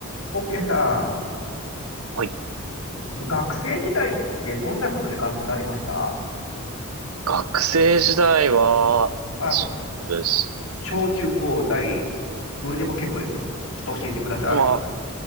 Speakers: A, on the left; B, on the right.
A: オッケーさ
B: はい。
A: ん、学生時代ってどんなことで頑張られました
B: 学生時代は、
A: あ、
B: そうです。
A: 小中高大、どれでも結構ですよ。ちょっと教えてください。
B: まあ、